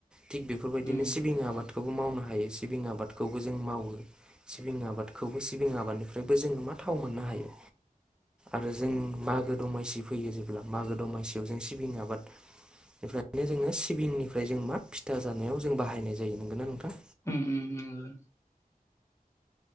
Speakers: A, in the centre; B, on the left (about 20°).
A: थिग बेफोरबायदिनो
B: उम
A: सिबिं आबाद बे खौबो मावनो हायो सिबिं आबादखौबो जों मावो सिबिं आबादखौबो सिबिं आबादनिफ्रायबो जोङो मा थाव मोननो हायो आरो जों मागो दमासि फैयो जेब्ला मागो दमासियाव जों सिबिं आबादनिफ्रायनो जोङो सिबिंनिफ्राय जों मा फिथा जानायाव जों बाहायनाय जायो नंगोनना नोंथां
B: उम उम उम